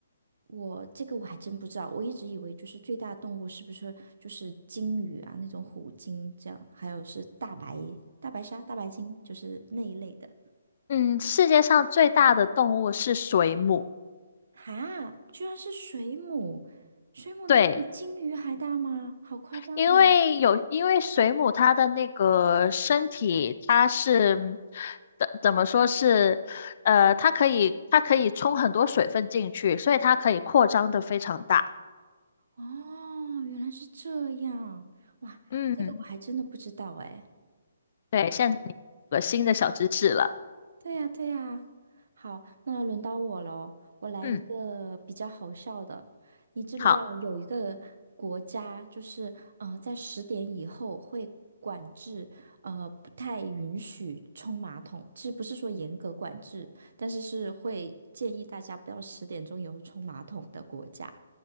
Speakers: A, on the right; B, on the left.
A: 我这个我还真不知道，我一直以为就是最大动物是不是就是鲸鱼啊，那种虎鲸这样，还有是大白大白鲨、大白鲸，就是那一类的。
B: 嗯，世界上最大的动物是水母。
A: 哈，居然是水母，水母能比鲸鱼还大吗？
B: 对，
A: 好夸张啊！
B: 因为有，因为水母它的那个身体，它是嗯怎怎么说是，呃，它可以它可以冲很多水分进去，所以它可以扩张的非常大。
A: 哦，原来是这样，哇，
B: 嗯，
A: 这个我还真的不知道哎。
B: 对，现在你有个新的小知识了。
A: 对呀，对呀。好，那轮到我喽，我来一个比较好笑的。
B: 嗯，
A: 你知不知道有一个国家，
B: 好，
A: 就是呃，在十点以后会管制，呃，不太允许冲马桶。其实不是说严格管制，但是是会建议大家不要十点钟以后冲马桶的国家。